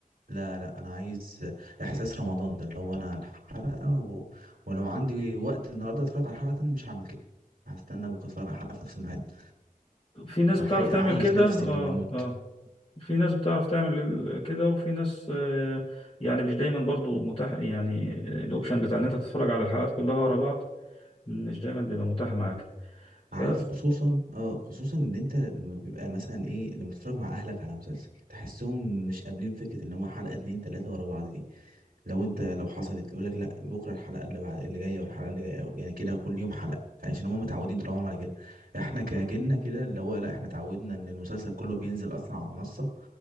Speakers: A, on the right (about 80°); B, on the left (about 40°).
A: لا لا انا عايز احساس رمضان ده اللي هو انا عن حلقة و... ولو عندي وقت النهارده اتفرج على حلقة تانية مش هعمل كده هستنى بكره اتفرج على حلقة في نفس الميعاد
B: في ناس
A: أح-
B: بتعرف تعمل
A: اعيش
B: كده
A: نفسي
B: اه
A: للموت
B: اه في ناس بتعرف تعمل ال- كده وفي ناس آه يعني مش دايما برضو متاح يعني الاوبشن بتاع ان انت تتفرج على الحلقات كلها ورا بعض مش دايما بيبقى متاح معاك ف...
A: عارف خصوصا اه خصوصا ان انت لما بيبقى مثلا ايه لما تتفرج مع اهلك على مسلسل تحسهم مش قابلين فكره ان هو حلقه اتنين تلاته ورا بعض دي لو انت لو حصلت يقول لك لا بكره الحلقه اللي بعد اللي جايه والحلقه اللي جايه يعني كده كل يوم حلقه يعني عشان هم متعودين طول عمرهم على كده احنا كجيلنا كده اللي هو لا احنا اتعودنا ان المسلسل كله بينزل اصلا على منصه